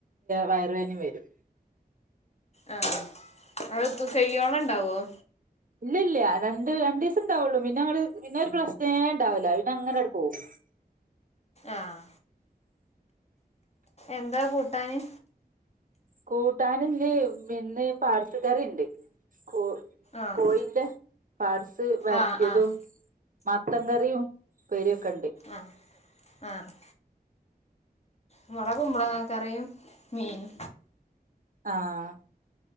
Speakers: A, on the right; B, on the left.
A: വയറുവേദനയും വരും.
B: ആഹ് കയ്യോളം ഒണ്ടാകുമോ
A: ഇല്ലല്ല രണ്ട് രണ്ട് ദീസം ഇണ്ടാവുള്ളൂ പിന്നങ്ങൾ പിന്നെ ഒരു പ്രശ്നേ ഇണ്ടാവൂല്ല പിന്നെ അങ്ങനെയണ്ട് പോകും
B: ആഹ് എന്താ കൂട്ടാന്?
A: കൂട്ടാന് ന്ന് ഇന്ന് പാർട്സ് കറിണ്ട് കൂ
B: ആഹ്
A: കോഴിന്റെ പാർട്സ് വരട്ടിയതും
B: ആഹ് ആഹ്
A: മത്തൻ കറിയും ഉപ്പേരി ഒക്കെ ഉണ്ട്
B: ആഹ് ആഹ് ഇവടെ കുമ്പളങ്ങാക്കറിയും മീനും
A: ആഹ്,